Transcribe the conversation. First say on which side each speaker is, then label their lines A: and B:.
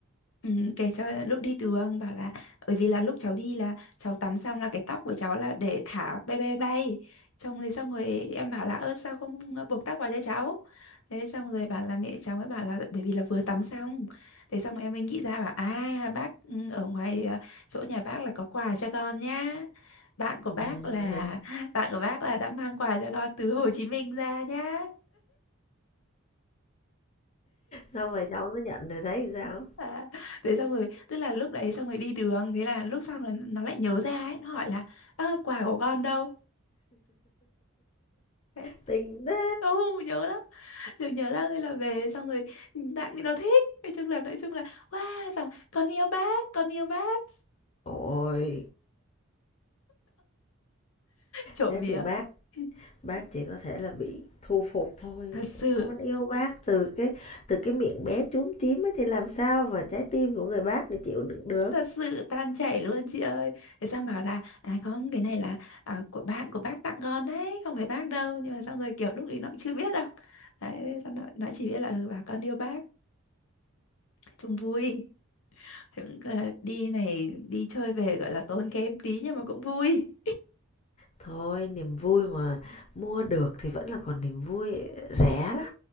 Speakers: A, on the left; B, on the left.
A: Ừ, kể cho là lúc đi đường bảo là bởi vì là lúc cháu đi là cháu tắm xong là cái tóc của cháu là để thả bay bay bay xong rồi xong rồi em bảo là ơ sao không buộc tóc vào cho cháu thế xong rồi bảo là mẹ cháu mới bảo là bởi vì là vừa tắm xong thế xong em mới nghĩ ra bảo à bác ừ, ở ngoài ờ, chỗ nhà bác là có quà cho con nhá bạn của bác
B: À, <laughs>
A: là <laughs> bạn của bác là đã mang quà cho con từ Hồ Chí Minh ra nhá
B: xong rồi cháu nó nhận rồi thấy sao?
A: À, thế xong rồi tức là lúc đấy xong rồi đi đường thế là lúc sau nó nó lại nhớ ra ấy nó hỏi là bác ơi quà của con đâu đấy
B: tình thế
A: ừ nhớ lắm nhớ nhớ lắm thế là về xong rồi tặng thì nó thích nói chung là nói chung là wow xong con yêu bác con yêu bác
B: ôi
A: trộm
B: thế
A: vía
B: thì bác
A: <laughs>
B: bác chỉ có thể là bị thu phục thôi
A: thật sự
B: con yêu bác từ cái từ cái miệng bé chúm chím ấy thì làm sao mà trái tim của người bác để chịu đựng được
A: thật sự tan chảy luôn chị ơi thế xong bảo là à không cái này là à, của bạn của bác tặng con đấy không phải bác đâu nhưng mà xong rồi kiểu lúc đấy nó cũng chưa biết đâu đấy xong nó, nó chỉ biết là ừ bà con yêu bác chung vui Thì cũng là đi này đi chơi về gọi là tốn kém tí nhưng mà cũng vui
B: thôi niềm vui mà mua được thì vẫn là còn niềm vui rẻ lắm